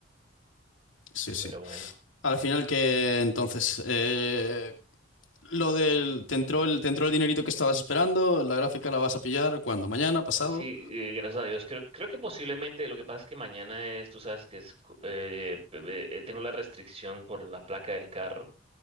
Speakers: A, on the left; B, on the right.
A: sí, sí.
B: pero bueno.
A: Al final que entonces eh, lo del te entró el te entró el dinerito que estabas esperando, la gráfica la vas a pillar cuando mañana, pasado.
B: Sí, eh, gracias a Dios. Creo, creo que posiblemente lo que pasa es que mañana es, tú sabes que es, cu- eh, pe- pe- eh, tengo la restricción por la placa del carro.